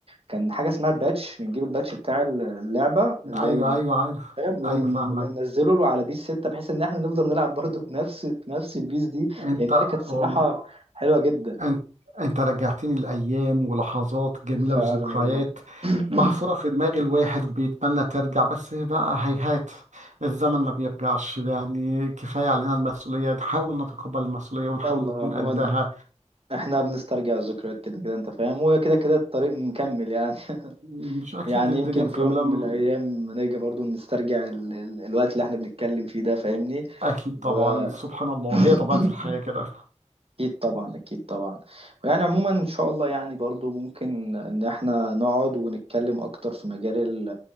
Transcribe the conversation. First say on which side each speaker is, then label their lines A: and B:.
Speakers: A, on the right; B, on the right.
A: كان حاجه اسمها الباتش بنجيب الباتش بتاع اللعبه اللي
B: ايوه
A: هو ال-
B: ايوه عارف
A: فاهم ون-
B: ايوه فاهمك
A: وننزله له على بيس 6 بحيث ان احنا نفضل نلعب برضو بنفس بنفس البيس دي
B: انت
A: لانها كانت صراحه
B: والله
A: حلوه جدا
B: انت انت رجعتني لايام ولحظات جميله
A: فعلا
B: وذكريات
A: والله <clears throat>
B: محفوره في دماغ الواحد بيتمنى ترجع بس بقى هيهات الزمن ما بيرجعش يعني كفايه علينا المسؤوليه نحاول نتقبل المسؤوليه ونحاول
A: يلا
B: نكون
A: عموما
B: قدها
A: احنا بنسترجع الذكريات كده كده انت فاهم وكده كده الطريق مكمل يعني <laughs>
B: مش اكيد
A: يعني
B: الدنيا
A: يمكن
B: مكمله
A: في يوم
B: م-
A: من الايام نيجي برضو نسترجع ال... ال... الوقت اللي احنا بنتكلم فيه ده فاهمني
B: اكيد طبعا
A: و
B: سبحان الله
A: <clears throat>
B: هي طبيعه الحياه كده
A: اكيد طبعا اكيد طبعا ويعني عموما ان شاء الله يعني برضو ممكن ان احنا نقعد ونتكلم اكتر في مجال ال